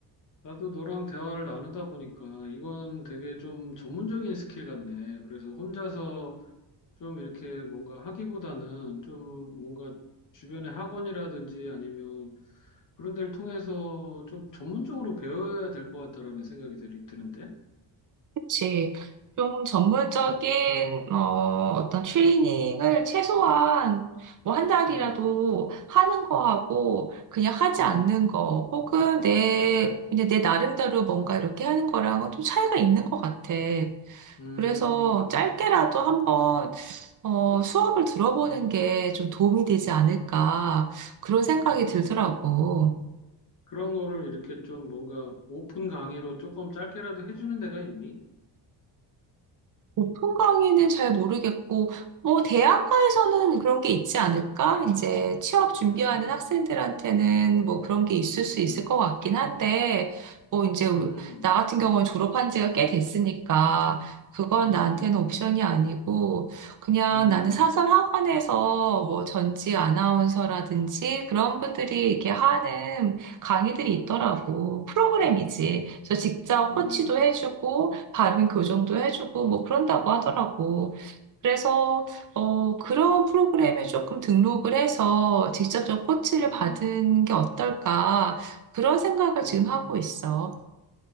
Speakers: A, on the left; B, on the right.
A: 나도 너랑 대화를 나누다 보니까 이건 되게 좀 전문적인 스킬 같네. 그래서 혼자서 좀 이렇게 뭔가 하기보다는 좀 뭔가 주변의 학원이라든지 아니면 그런 데를 통해서 좀 전문적으로 배워야 될 것 같다라는 생각이 들, 드는데.
B: 그치. 좀 전문적인 어, 어떤 트레이닝을 최소한 뭐 한 달이라도
A: 음,
B: 하는 거하고 그냥 하지
A: 음,
B: 않는 거 혹은 내 이제 내 나름대로 뭔가 이렇게 하는 거랑은 좀 차이가 있는 것 같아.
A: 음,
B: 그래서 짧게라도 한번 어, 수업을 들어보는 게 좀 도움이 되지 않을까 그런 생각이 들더라고.
A: 음. 그런 거를 이렇게 좀 뭔가 오픈 강의로 조금 짧게라도 해주는 데가 있니?
B: 오픈 강의는 잘 모르겠고, 뭐, 대학가에서는 그런 게 있지 않을까? 이제 취업
A: 음,
B: 준비하는 학생들한테는 뭐 그런 게 있을 수 있을
A: 음,
B: 것 같긴 한데, 뭐, 이제, 우
A: 음,
B: 나 같은 경우는 졸업한 지가 꽤 됐으니까, 그건
A: 음,
B: 나한테는 옵션이 아니고, 그냥
A: 음,
B: 나는 사설 학원에서 뭐 전직 아나운서라든지 그런 분들이 이렇게 하는 강의들이 있더라고. 프로그램이지. 그래서 직접
A: 음.
B: 코치도 해주고, 발음 교정도 해주고, 뭐 그런다고 하더라고. 그래서, 어, 그런 프로그램에 조금 등록을 해서 직접적 코치를
A: 음,
B: 받은 게 어떨까. 그런 생각을
A: 음.
B: 지금 하고 있어.